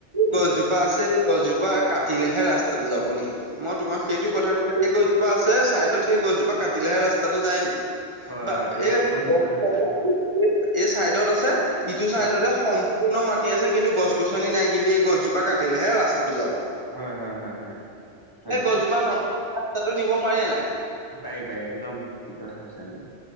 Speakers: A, on the left; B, on the right.
A: উম
B: গছজোপা আছে গছজোপা কাটিলেহে ৰাস্তাটো যাব নি মই তোমাক সেইটো কথা কোৱা এই গছ জোপা আছে ছাইডত সেই গছজোপা কাটিলেহে ৰাস্তাটো যায় নি?
A: হয়
B: বা
A: হয় তুমি
B: এ
A: একদম
B: <unintelligible>
A: ঠিক কথা কৈছা
B: এই চাইডত আছে ইটো চাইডতে
A: হয়
B: সম পূৰ্ণ মাটি আছে কিন্তু গছ -গছনি নাই কিন্তু এই গজোপা কাটিলেহে ৰাস্তা ৰাস্তা টো যাব।
A: হয় হয় হয় হয় হয়
B: সেই গছজোপা নকটাকে ৰাস্তাটো নিব পাৰে নাই?
A: পাই - পাই একদম ঠিক কথা কৈছা তুমি।